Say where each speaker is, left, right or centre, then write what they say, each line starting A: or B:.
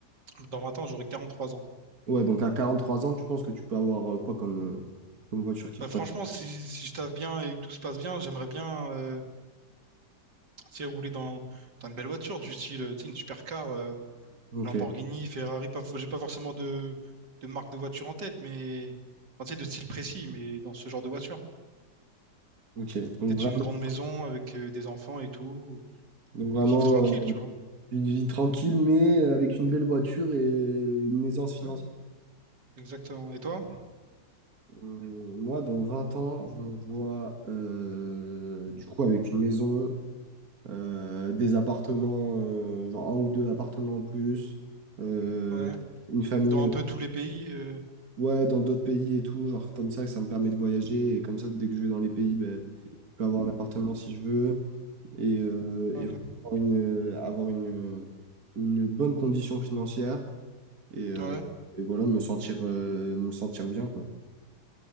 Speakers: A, on the right (about 75°); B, on the right (about 55°).
A: Dans vingt ans, j'aurai quarante-trois ans.
B: Ouais, donc à 43 ans, tu penses que tu peux avoir euh, quoi comme, euh, comme voiture qui
A: Bah,
B: pourrait...
A: franchement, si, si je taffe bien et que tout se passe bien, j'aimerais bien euh, tu sais, rouler dans, dans une belle voiture, du style euh, tu sais, une supercar. euh,
B: Ok,
A: Lamborghini, Ferrari, pas, j'ai pas forcément de, de marque de voiture en tête, mais enfin, tu sais, de style précis, mais dans ce genre de voiture.
B: ok. Donc
A: Peut-être
B: vraiment,
A: une grande maison avec euh, des enfants et tout,
B: donc vraiment,
A: vivre tranquille, tu vois.
B: Une vie tranquille, mais avec une belle voiture et une aisance financière.
A: Ouais, exactement. Et toi?
B: Hum, Moi, dans 20 ans, je me vois euh, du coup avec une maison, euh, des appartements, euh, genre un ou deux appartements en plus, euh,
A: Ouais.
B: une famille
A: Dans
B: en-
A: un peu tous les pays. euh,
B: ouais, dans d'autres pays et tout, genre comme ça, ça me permet de voyager et comme ça, dès que je vais dans les pays, ben, je peux avoir un appartement si je veux et, euh,
A: Ouais,
B: et avoir une, avoir une, une bonne condition financière. et, euh,
A: ouais.
B: et voilà, me sentir, euh, me sentir bien, quoi.